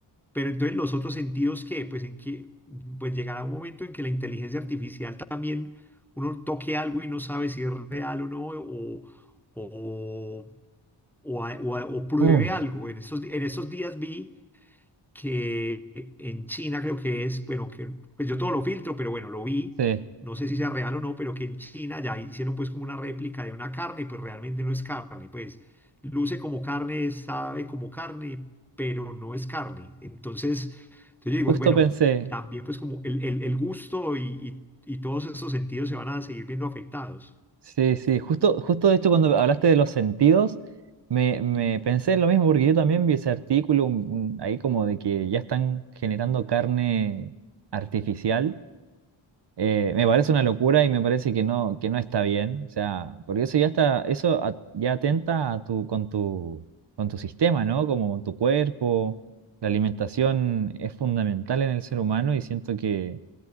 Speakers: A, in the centre; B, on the right.
A: Pero entonces los otros sentidos que, pues en que, pues llegará un momento en que la inteligencia artificial también uno toque algo y no sabe si es real o no, o, o, o, a- o a- o pruebe
B: Uh,
A: algo. En estos, en estos días vi que en China creo que es, bueno, que pues yo todo lo filtro, pero bueno, lo vi,
B: sí.
A: no sé si sea real o no, pero que en China ya hicieron pues como una réplica de una carne, pues realmente no es carne, pues luce como carne, sabe como carne, pero no es carne. Entonces, entonces yo digo,
B: Justo
A: bueno,
B: pensé.
A: también pues como el, el- el gusto y, y, y todos esos sentidos se van a seguir viendo afectados.
B: Sí, sí, justo, justo de hecho cuando hablaste de los sentidos, me, me pensé en lo mismo, porque yo también vi ese artículo un- un- ahí como de que ya están generando carne artificial. Eh, me parece una locura y me parece que no, que no está bien. O sea, porque eso ya está, eso a- ya atenta a tu, con tu, con tu sistema, ¿no? Como con tu cuerpo. La alimentación es fundamental en el ser humano y siento que,